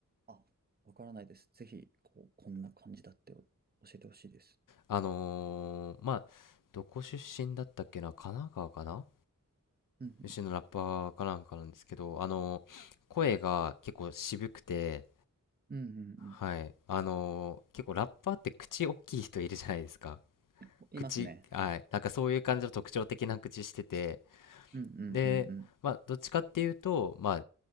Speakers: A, on the right; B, on the left.
A: あ、わからないです。ぜひ、こう、こんな感じだって教えてほしいです。
B: あのーまあ、どこ出身だったっけな神奈川かな
A: うんうん。
B: 出身のラッパーかなんかなんですけど、あのー声が結構渋くて、
A: うんう
B: はい。
A: ん
B: あのー結構ラッパーって口大きい人いるじゃないですか。
A: うん。いますね。
B: 口、はい。なんかそういう感じの特徴的な口してて。
A: うんうん
B: で、
A: うん
B: まあ、どっちかっていうと、ま